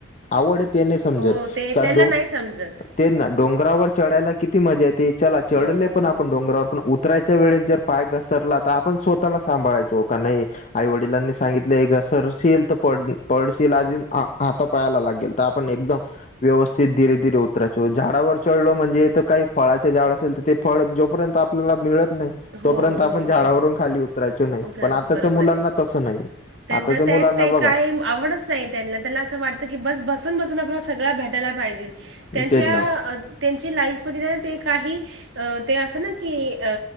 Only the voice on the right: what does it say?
हो ते
त्यांना
नाही समजत
हो हो
हो
हो
हो
हो
हो तर
बरोबर
आहे
त्यांना
त्यात
ते
काही आवडच नाही त्यांना त्याला असं वाटतं की बस बसून बसून आपल्याला सगळं भेटायला पाहिजे. त्यांच्या
त्यांची लाईफ मध्ये ते काही अ ते असं ना की अ.